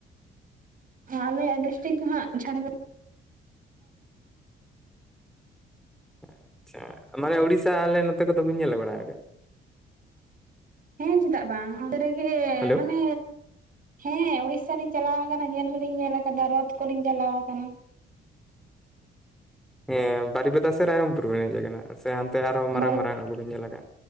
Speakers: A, on the right; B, in the centre.
A: ᱟᱞᱮ ᱰᱤᱥᱴᱤᱠ ᱫᱚ ᱦᱟᱸᱜ ᱡᱷᱟᱨ
B: ᱟᱪᱪᱷᱟ, ᱢᱟᱱᱮ ᱩᱲᱤᱥᱥᱟ ᱟᱞᱮ ᱱᱚᱛᱮ ᱠᱚᱫᱚ ᱵᱤᱱ ᱧᱮᱞ ᱵᱟᱲᱟ ᱠᱟᱜ-ᱟ᱾
A: ᱦᱮᱸ ᱪᱮᱫᱟᱜ ᱵᱟᱝ ᱚᱸᱰᱮ ᱨᱮᱜᱮ
B: ᱦᱮᱞᱳ
A: ᱢᱟᱱᱮ ᱦᱮᱸ ᱩᱲᱤᱥᱟ ᱞᱤᱧ ᱪᱟᱞᱟᱣ ᱟᱠᱟᱱᱟ ᱧᱮᱞ ᱦᱚᱞᱤᱧ ᱧᱮᱞ ᱟᱠᱟᱫᱟ ᱨᱚᱛᱷ ᱠᱚᱞᱤᱧ ᱪᱟᱞᱟᱣ ᱟᱠᱟᱱᱟ᱾
B: ᱦᱮᱸ ᱵᱟᱨᱤᱯᱟᱫᱟ ᱥᱮ ᱨᱟᱭᱨᱚᱝᱯᱩᱨ ᱵᱮᱱ ᱦᱮᱡ ᱟᱠᱟᱱᱟ ᱥᱮ ᱦᱟᱱᱛᱮ ᱟᱨᱦᱚᱸ ᱢᱟᱨᱟᱝ
A: ᱵᱟᱨ
B: ᱢᱟᱨᱟᱝ ᱠᱚ ᱵᱮᱱ ᱧᱮᱞ ᱟᱠᱟᱜᱼᱟ᱾